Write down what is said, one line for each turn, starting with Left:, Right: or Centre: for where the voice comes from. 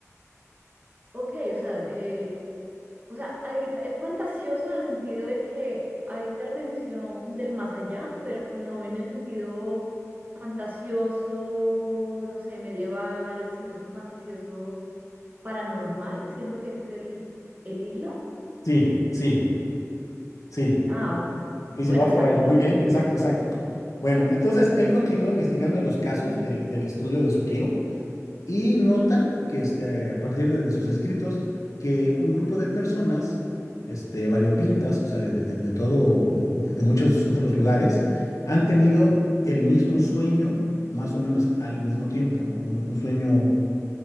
Right: Ok, o sea, eh, o sea, hay- es fantasioso en el sentido de que hay intervención del más allá, pero no en el sentido fantasioso, no sé, medieval, sino con fantasioso paranormal. Siento que ese es el, el hilo.
Left: Sí, sí, sí.
Right: Ah,
Left: Y
Right: bueno,
Left: si va
Right: o
Left: por
Right: sea,
Left: ahí.
Right: digamos,
Left: Muy bien, exacto, exacto. Bueno, entonces él continúa investigando los casos del, del estudio de su tío Y nota que este, a partir de, de sus escritos que un grupo de personas este, variopintas, o sea, de, de- de- de todo, de, de muchos otros lugares, han tenido el mismo sueño más o menos al mismo tiempo, ¿no? Un, un sueño